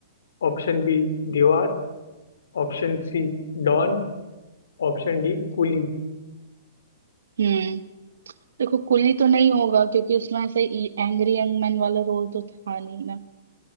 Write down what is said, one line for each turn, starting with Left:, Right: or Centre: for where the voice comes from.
Left: Option B Deewaar Option C Don Option D Coolie
Right: हम्म देखो कुली तो नहीं होगा क्योंकि उसमें ऐसे एंग्री यंग मैन वाला रोल तो था नहीं ना